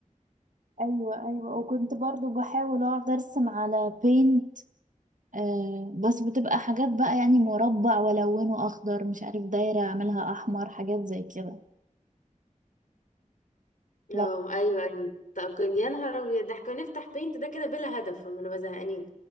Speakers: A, on the right; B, on the left.
A: ايوه ايوه وكنت برضو بحاول اقعد ارسم على بينت آه بس بتبقى حاجات بقى يعني مربع والونه اخضر مش عارف دايرة اعملها احمر حاجات زي كده
B: اه
A: لا
B: ايوه ايوه طب كان يا نهار ابيض ده احنا كنا نفتح بينت ده كده بلا هدف ما نبقى زهقانين